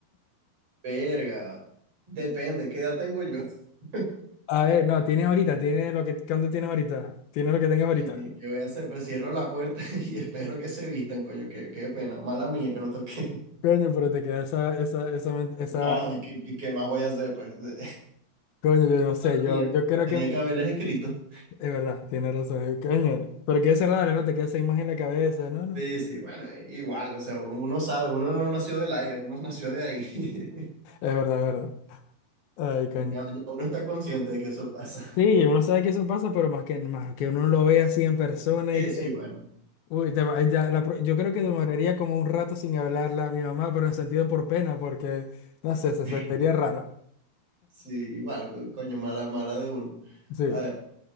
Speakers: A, on the right (about 35°); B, on the left (about 70°).
A: verga. Depende, ¿qué edad tengo yo? <laughs>
B: A ver, no, tienes ahorita, tienes lo que, ¿cuánto tienes ahorita? Tienes lo que tengas ahorita.
A: Coño, ¿qué, qué voy a hacer? Pues cierro la puerta <laughs> y espero que se vistan, coño, qué, qué pena. Mala mía que no toqué. <laughs>
B: Coño, pero te queda esa, esa, esa, men- esa,
A: No, ¿y ¿qué, qué- qué más voy a hacer? Pues <laughs> mala
B: coño, yo no sé, yo,
A: mía.
B: yo creo
A: Tenía
B: que, me-
A: que haberles escrito.
B: es verdad, tienes razón, eh, coño, pero qué raro, ¿no? Te queda esa imagen en la cabeza, no, no,
A: Sí, sí, bueno, igual, o sea, uno sabe, uno no nació del aire, uno <laughs> nació de ahí. <laughs>
B: es verdad, es verdad, ay, coño.
A: Ya, ya uno está consciente de que eso pasa.
B: Sí, uno sabe que eso pasa, pero más que, más que uno lo ve así en persona
A: Sí,
B: y que,
A: sí, bueno.
B: uy, te va- ya, la pro- yo creo que demoraría como un rato sin hablarle a mi mamá, pero en sentido por pena, porque, no sé, se
A: <laughs>
B: sentiría raro,
A: Sí, igual, co- coño, mala, mala de uno.
B: sí.
A: A ver,